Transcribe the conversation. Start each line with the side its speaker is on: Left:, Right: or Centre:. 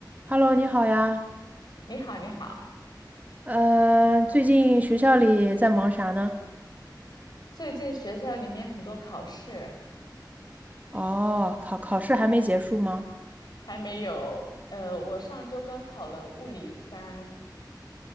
Right: Hello，你好呀。
Left: 你好，你好。
Right: 嗯、最近学校里在忙啥呢？
Left: 最近学校里面很多考试
Right: 哦，考考试还没结束吗？
Left: 还没有，呃，我上周刚考了物理三，